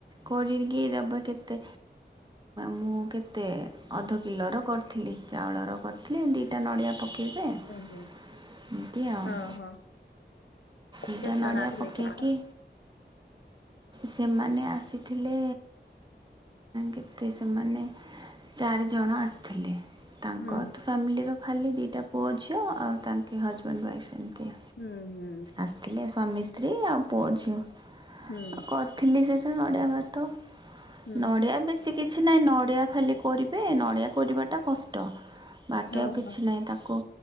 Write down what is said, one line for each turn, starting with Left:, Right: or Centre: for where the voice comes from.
Right: କରିକି ଦେବେ କେତେ ମୁଁ କେତେ ଅଧ କିଲୋର କରିଥିଲି। ଚାଉଳର କରିଥିଲେ ଦିଇଟା ନଡ଼ିଆ। ପକାଇବେ ଏମିତି
Left: ହୁଁ
Right: ଆଉ।
Left: ଓହୋ
Right: ଏଟା
Left: କେତେ
Right: ନଡ଼ିଆ
Left: ଜଣ ଆସିଥିଲେ
Right: ପକେଇକି?
Left: କି ସେମାନେ?
Right: ସେମାନେ ଆସିଥିଲେ କେତେ ସେମାନେ ଚାରିଜଣ ଆସିଥିଲେ। ତାଙ୍କ
Left: ହୁଁ
Right: ତ ଫ୍ୟାମିଲିର ଖାଲି ଦିଟା ପୁଅ ଝିଅ ଆଉ ତାଙ୍କେ ହଜବେଣ୍ଡ ୱାଇଫ୍ ଏମିତି।
Left: ହୁଁ ହୁଁ
Right: ଆସିଥିଲେ ସ୍ୱାମୀ ସ୍ତ୍ରୀ ଆଉ ପୁଅ ଝିଅ।
Left: ହୁଁ
Right: କରିଥିଲି ସେଟା ନଡିଆ ଭାତ
Left: ହୁଁ
Right: ନଡିଆ
Left: ହୁଁ ହୁଁ
Right: ବେଶୀ କିଛି ନହିଁ ନଆ। ନଡ଼ିଆ ଖାଲି କରିବେ ନଡ଼ିଆ କରିବାଟା କଷ୍ଟ ବାକି
Left: ଓହୋ
Right: ଆଉ କିଛି ନାହିଁ ତାକୁ